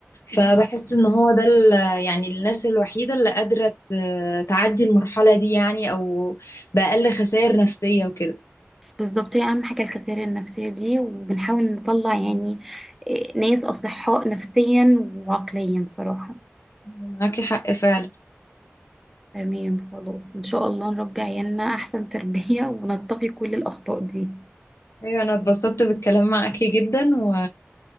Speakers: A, in the centre; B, on the left.
A: <laughs>
B: فبحس ان هو ده ال- يعني الناس الوحيدة اللي قادرة ت- تعدي المرحلة دي يعني او بأقل خسائر نفسية وكده
A: بالظبط هي أهم حاجة الخسائر النفسية دي وبنحاول نطلع يعني إيه، ناس أصحاء نفسيا وعقليا صراحة
B: معاكي حق فعلا
A: تمام خلاص إن شاء الله نربي عيالنا أحسن تربية <laughs> ونتقي كل الأخطاء دي
B: ايوه انا اتبسطت بالكلام معاكي جدا و...